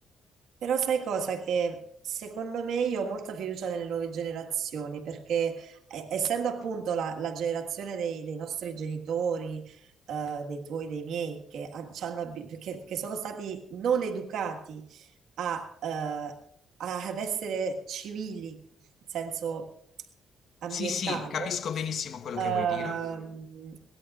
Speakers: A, on the right (about 80°); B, on the left (about 60°).
A: Però sai cosa? Che secondo me io ho molta fiducia nelle nuove generazioni, perché eh, essendo appunto la, la generazione dei, dei nostri genitori, eh, dei tuoi, dei miei, che, ha- ci hanno abi- che che sono stati non educati a, eh, a- ad essere civili, in senso ambientale,
B: Sì, sì, capisco benissimo quello
A: ehm,
B: che vuoi dire.